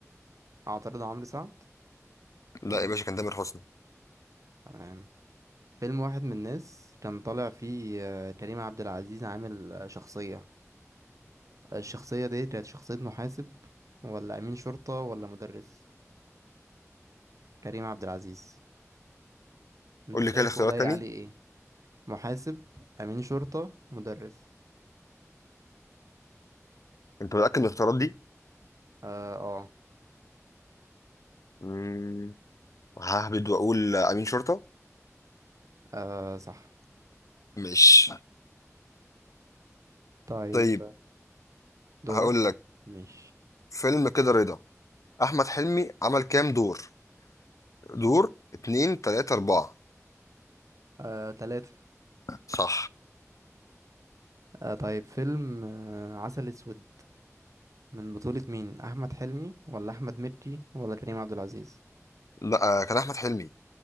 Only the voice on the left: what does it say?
لا يا باشا كان تامر حسني
قول
لي كده الاختيارات
تاني
أنت متأكد من الاختيارات دي
امم ههبد وأقول أمين شرطة
ماشي
طيب
هقول لك
فيلم كده رضا احمد حلمي عمل كام دور دور اتنين تلاتة اربعة
صح
لا آه، كان احمد حلمي